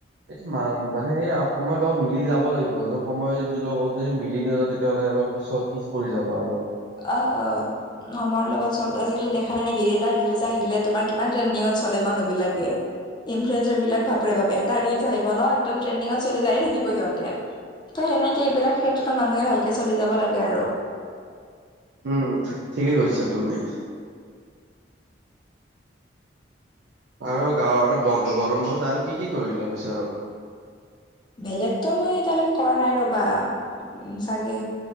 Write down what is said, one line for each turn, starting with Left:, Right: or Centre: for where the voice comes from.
Right: এই ম -মানে এই সময়ৰ লগত মিলি যাব লাগিব যদি সময় লগত যদি মিলি নাযাওঁ তেতিয়াহ'লে আৰু পিছত পিছ পৰি যাবা আৰু।
Left: আ, অ'। সময়ৰ লগত চব আজিকালি দেখা নাই নেকি এটা ৰিলচ আহিলে তোমাৰ কিমান ট্ৰেণ্ডিঙত চলে মানুহ বিলাকে। ইনফ্লুৱেঞ্চাৰ বিলাক বাপৰে বাপ এটা ৰিলজ আহিব ন একদম ট্ৰেণ্ডিঙত চলি যায়ে থাকিব সিহঁতে। ত' সেনেকে এইবিলাক ক্ষেত্ৰতো মানুহে ভালকে চলি যাব লাগে আৰু।
Right: উম ঠিকেই কৈছা তুমি। আৰু গাৱঁৰ গৰম বন্ধত আৰু কি কি কৰিলা পিছত আৰু?
Left: বেলেগতো মই এতিয়ালৈকে কৰা নাই ৰ'বা। উম চাগে